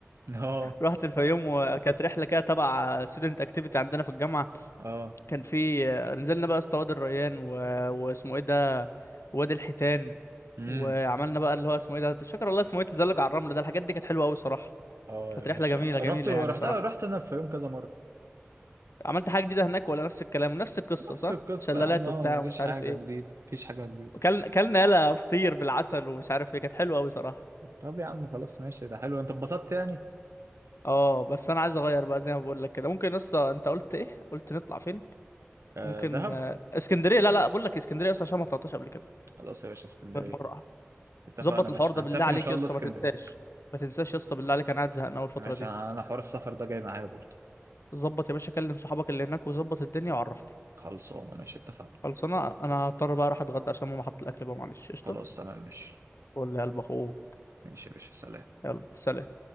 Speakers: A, on the right (about 80°); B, on the left (about 75°).
A: <laughs> اه
B: رحت الفيوم وكانت رحلة كده تبع student activity عندنا في الجامعة
A: اه
B: كان في نزلنا بقى يا اسطى وادي الريان و... واسمه إيه ده وادي الحيتان
A: امم
B: وعملنا بقى اللي هو اسمه إيه ده مش فاكر والله اسمه إيه تزلج على الرمل ده الحاجات دي كانت حلوة أوي صراحة
A: اه
B: كانت
A: يا
B: رحلة
A: باشا
B: جميلة جميلة
A: رحت رحت
B: يعني صراحة
A: رحت أنا الفيوم كذا مرة
B: عملت حاجة جديدة هناك ولا نفس الكلام نفس القصة
A: نفس
B: صح
A: القصة
B: شلالات
A: يا عم اه،
B: وبتاع
A: ما
B: ومش
A: فيش
B: عارف
A: حاجة
B: إيه
A: جديدة مفيش حاجة جديدة
B: وكلنا كلنا يلا فطير بالعسل ومش عارف إيه كانت حلوة أوي صراحة
A: طب يا عم خلاص ماشي ده حلو أنت اتبسطت يعني
B: اه بس انا عايز اغير بقى زي ما بقول لك كده ممكن يا اسطى انت قلت ايه قلت نطلع فين
A: آه
B: ممكن
A: دهب
B: آه، اسكندريه لا لا بقول لك اسكندريه اصلا عشان ما طلعتهاش قبل كده
A: خلاص يا باشا اسكندرية
B: غير مره واحده
A: اتفقنا
B: ظبط
A: ماشي
B: الحوار ده
A: هنسافر
B: بالله عليك
A: إن شاء
B: يا
A: الله
B: اسطى
A: اسكندرية
B: ما تنساش ما تنساش يا اسطى بالله عليك انا قاعد زهقان اول الفتره
A: ماشي
B: دي
A: أنا أنا حوار السفر ده جاي معايا برضه
B: ظبط يا باشا كلم صحابك اللي هناك وظبط الدنيا وعرفني
A: خلصانة ماشي اتفقنا
B: خلاص انا انا هضطر بقى اروح اتغدى عشان ماما حط الاكل بقى معلش قشطه
A: خلاص تمام ماشي
B: قول لي يا قلب اخوه
A: ماشي يا باشا سلام
B: يلا سلام